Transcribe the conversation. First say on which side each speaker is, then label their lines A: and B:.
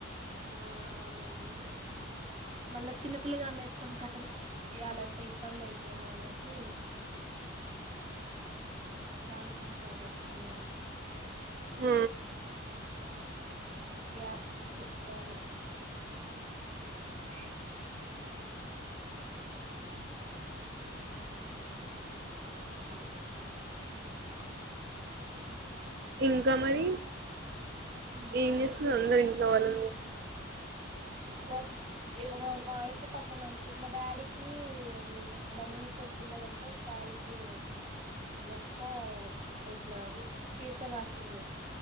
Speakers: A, on the right; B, on the right.
A: ఆ అవును అం మల్ల చిన్నపిల్లగానే లేస్ కొను కట్టలు మీ జెయాలంటే మంద్ అయితే మానేసి అ ఆలోచించాల్సి వస్తుంది ఏమన్నా
B: హ
A: గ్యాస్ బుక్ తెప్పియాలే అ <inaudible>
B: ఇంకా మరి
A: ఆ
B: ఏం చేస్ అందరు ఇంట్లో వాళ్ళు
A: బ ఎవరో మా ఇంటి పక్కన మా డాడీకి అది బండిమీకెళ్ళి కింద పడితే కాలుకి బొక్క అంటే ఇట్లా చీరిక బాసింది